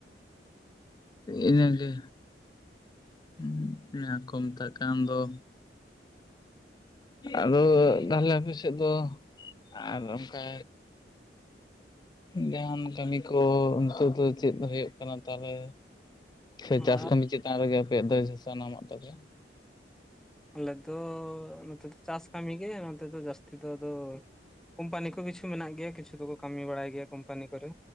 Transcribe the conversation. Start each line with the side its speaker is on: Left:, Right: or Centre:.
Left: ᱤᱱᱟᱹᱜᱮᱼᱼ ᱦᱮᱸ ᱚᱱᱟ ᱠᱚ ᱢᱮᱛᱟᱜ ᱠᱟᱱ ᱫᱚᱼᱼ ᱟᱫᱚ ᱛᱟᱦᱚᱞᱮ ᱟᱯᱮ ᱥᱮᱫ ᱫᱚ ᱟᱨ ᱚᱱᱠᱟᱼᱼ ᱡᱟᱦᱟᱱ ᱠᱟᱹᱢᱤ ᱠᱚ ᱱᱤᱛᱚᱜ ᱫᱚ ᱪᱮᱫ ᱦᱩᱭᱩᱜ ᱠᱟᱱᱟ ᱛᱟᱦᱚᱞᱮᱼᱼ ᱥᱮ ᱪᱟᱥ
Centre: ᱟᱨ
Left: ᱠᱟᱹᱢᱤ ᱪᱮᱛᱟᱱ ᱨᱮᱜᱮ ᱟᱯᱮᱭᱟᱜ ᱫᱚ ᱥᱟᱱᱟᱢᱟᱜ ᱛᱟᱯᱮ?
Centre: ᱟᱞᱮ ᱫᱚ ᱱᱚᱛᱮ ᱫᱚ ᱪᱟᱥ ᱠᱟᱹᱢᱤ ᱜᱮ ᱱᱚᱛᱮ ᱫᱚ ᱡᱟᱹᱥᱛᱤ ᱫᱚ ᱟᱫᱚ ᱠᱚᱢᱯᱟᱱᱤ ᱠᱚ ᱠᱤᱪᱷᱩᱼᱼ ᱢᱮᱱᱟᱜ ᱜᱮᱭᱟ ᱠᱤᱪᱷᱩ ᱫᱚᱠᱚ ᱠᱟᱹᱢᱤ ᱵᱟᱲᱟᱭ ᱜᱮᱭᱟ ᱠᱳᱢᱯᱟᱱᱤ ᱠᱚᱨᱮ